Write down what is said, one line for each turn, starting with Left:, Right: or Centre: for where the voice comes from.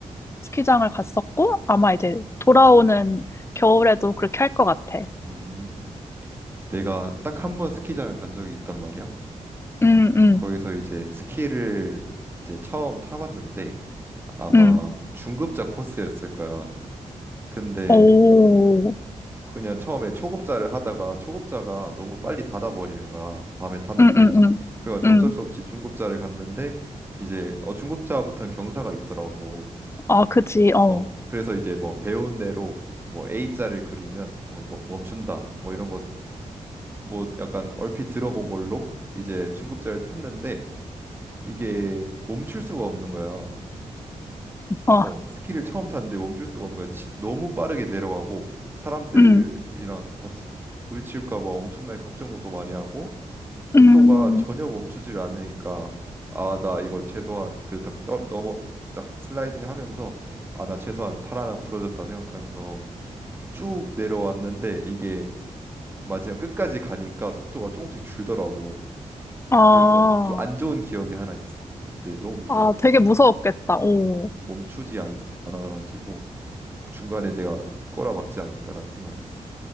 Left: 스키장을 갔었고, 아마 이제 돌아오는 겨울에도 그렇게 할 것 같아.
Right: 음. 내가 딱 한 번 스키장을 간 적이 있단 말이야.
Left: 응, 응,
Right: 거기서 이제 스키를 이제 처음 타봤는데 아마
Left: 응.
Right: 중급자 코스였을 거야. 근데
Left: 오,
Right: 그냥 처음에 초급자를 하다가 초급자가 너무 빨리 닫아버리는 거야. 밤에 탔는데.
Left: 응, 응, 응.
Right: 그래가지고
Left: 응.
Right: 어쩔 수 없이 중급자를 갔는데 이제 어 중급자부터는 경사가 있더라고.
Left: 아, 그지, 어,
Right: 어 그래서 이제 뭐 배운 대로 뭐 A자를 그리면 어, 너 멈춘다. 뭐 이런 것 뭐 약간 얼핏 들어본 걸로 이제 중급자를 탔는데 이게 멈출 수가 없는 거야.
Left: 어.
Right: 어, 스키를 처음 탔는데 멈출 수가 없는 거야. 치- 너무 빠르게 내려가고 사람들이랑
Left: 응.
Right: 다치 부딪힐까 봐 엄청나게 걱정도 많이 하고 속도가
Left: 음,
Right: 전혀 멈추지를 않으니까 아, 나 이거 최소한 그 딱 넘어 딱 슬라이딩 하면서 아, 나 최소한 팔 하나 부러졌다 생각하면서 쭉 내려왔는데 이게 마지막 끝까지 가니까 속도가 조금씩 줄더라고.
Left: 아,
Right: 그래서 좀 안 좋은 기억이 하나 있어. 그때 너무 무서웠어.
Left: 아, 되게 무서웠겠다. 오.
Right: 어, 멈추지 않, 않아가지고 중간에 내가 꼬라박지 않을까라는 생각했어.